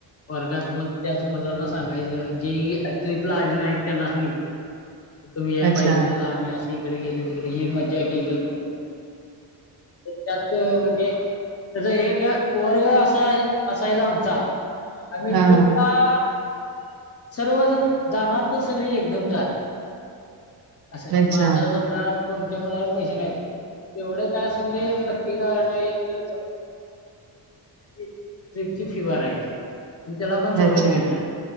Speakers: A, on the left (about 35°); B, on the right (about 60°).
A: वर्गात्मक त्याच मला ना सांगायचं जे ट्रिपला आली नाहीत त्यांनाच नाही तुम्ही याय
B: अच्छा
A: पाहिजे तस आम्ही असं इकडे गेलो तिकडे ही मजा केली क त्यात म्हणजे त्याचा एक वर्ग असा असायचा आमचा आ ट्रिपला
B: हा
A: सर्वजण जाणार तर सगळी एकदम जाणार असं
B: अच्छा
A: मग आता समजा कोणत्या मुलावर पैसे नाही तेवढं काय असेल जे <unintelligible> ट्रिपची फी भरायची आणि त्याला पण सोबत
B: अच्छा
A: घेऊन जा